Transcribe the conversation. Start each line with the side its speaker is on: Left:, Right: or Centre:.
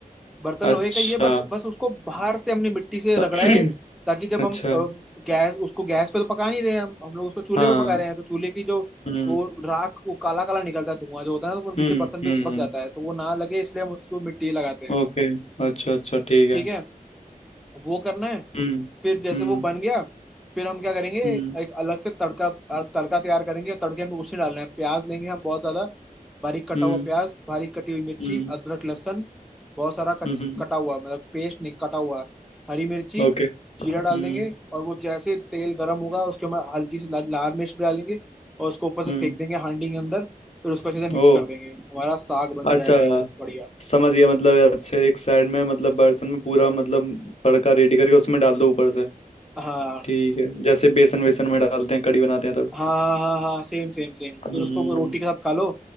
Centre: बर्तन
Left: अच्छा
Centre: लोहे का ही है बट बस उसको बाहर से हमने मिट्टी से
Left: <clears throat>
Centre: रगड़ा है ताकि जब
Left: अच्छा
Centre: हम अ, गैस उसको गैस पे तो पका नहीं रहे हम हम लोग उसको चूल्हे
Left: हाँ
Centre: पे पका रहे हैं तो चूल्हे की जो
Left: हम्म
Centre: वो राख वो काला काला निकलता है धुआं जो होता है ना तो वो नीचे
Left: हम्म
Centre: बर्तन
Left: हम्म
Centre: पे चिपक
Left: हम्म,
Centre: जाता है तो वो ना लगे इसलिए हम उसको मिट्टी लगाते हैं
Left: ओके अच्छा अच्छा ठीक
Centre: ठीक
Left: है
Centre: है वो करना है
Left: हम्म
Centre: फिर जैसे
Left: हम्म
Centre: वो बन गया फिर हम क्या करेंगे
Left: हम्म
Centre: एक अलग से तड़का तड़का तैयार करेंगे तड़के में कुछ नहीं डालना है प्याज लेंगे हम बहुत ज्यादा बारीक कटा
Left: हम्म
Centre: हुआ प्याज बारीक कटी हुई मिर्ची
Left: हम्म
Centre: अदरक लहसुन बहुत सारा कच,
Left: हम्म हम्म,
Centre: कटा हुआ मतलब पेस्ट नहीं कटा हुआ हरी मिर्ची
Left: ओके
Centre: जीरा
Left: हम्म
Centre: डाल देंगे और वो जैसे तेल गर्म होगा उसके में हल्की सी ला- लाल मिर्च भी डालेंगे और उसको ऊपर से
Left: हम्म
Centre: फेंक देंगे हांडी के अंदर फिर उसको अच्छे से मिक्स
Left: ओ
Centre: कर देंगे हमारा साग बन
Left: अच्छा
Centre: जाएगा एकदम बढ़िया
Left: समझ गया मतलब अच्छे एक साइड में मतलब बर्तन में पूरा मतलब तड़का रेडी करके उसमें डाल दो ऊपर से
Centre: हाँ
Left: ठीक है जैसे बेसन वेसन में डालते हैं कड़ी बनाते हैं तब
Centre: हाँ हाँ हाँ सेम सेम सेम
Left: हम्म
Centre: फिर उसको वो रोटी के साथ खा लो